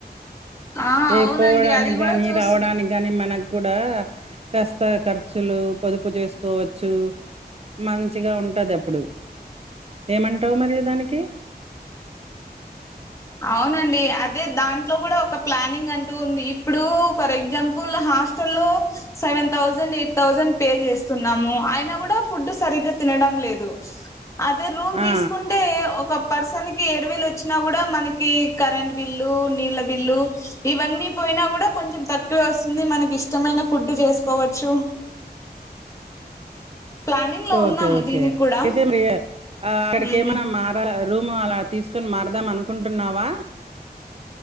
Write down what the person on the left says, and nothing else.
ఆ
అవునండి
అది కూడా
చూసి
అవునండి అదే దాంట్లో కూడా ఒక ప్లానింగ్ అంటూ ఉంది ఇప్పుడు ఫర్ ఎగ్జాంపుల్ హస్ హస్ట లో seven thousand eight thousand pay చేస్తున్నాము అయిన కూడా ఫుడ్ సరిగ్గా తినడం లేదే అదే రూమ్
తీసుకుంటే ఒక పర్సన్ కి ఏడు వేయిలు వచ్చినా కూడా మన కి కరెంట్ బిల్లు నీళ్ళ బిల్లు ఇవన్నీ పోయినా కూడా కొంచెం తక్కువే వస్తుంది మన కి ఇష్టమైన ఫుడ్డు చేసుకోవచ్చు ప్లానింగ్ లో
ఉన్నాము
దీనికి కూడా
ఉమ్